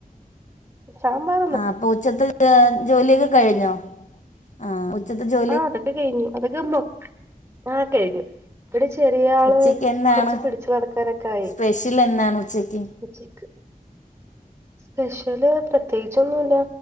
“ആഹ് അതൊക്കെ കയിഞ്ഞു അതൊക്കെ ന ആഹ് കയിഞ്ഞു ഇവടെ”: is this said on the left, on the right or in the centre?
Right